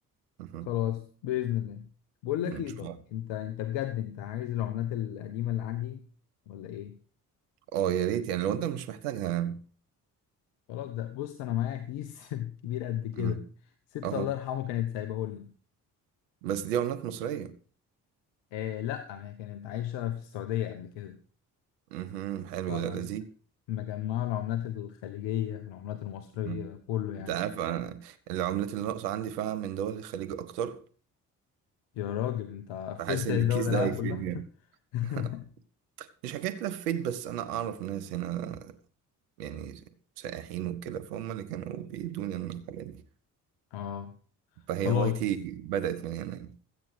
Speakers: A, on the right (about 80°); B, on the left (about 70°).
A: مهم.
B: خلاص بإذن الله بقول لك
A: إن
B: ايه
A: شاء
B: طب
A: الله
B: انت انت بجد انت عايز العملات القديمة اللي عندي ولا ايه؟
A: أه يا ريت يعني لو أنت مش محتاجها يعني
B: خلاص ده بص انا معايا كيس <laughs> كبير قد كده
A: مم.
B: ست
A: أه
B: الله يرحمه كانت سايباه لنا
A: بس دي عملات مصرية
B: آه لا ما هي كانت عايشه في السعوديه قبل كده
A: مهم. حلو
B: فمجمعه
A: ده لذيذ
B: العملات الخليجيه والعملات المصريه
A: مم.
B: كله يعني
A: أنت عارف أنا العملات اللي ناقصة عندي فعلا من دول الخليج أكتر
B: يا راجل انت قفلت
A: فحاسس إن
B: الدول
A: الكيس
B: العالم
A: ده هيفيد
B: كلها
A: يعني
B: <laughs>
A: <laughs> مش حكاية لفيت بس أنا أعرف ناس هنا يعني سائحين وكده فهم اللي كانوا بيدوني عن الحاجات دي
B: اه
A: فهي
B: خلاص
A: هوايتي بدأت من هنا يعني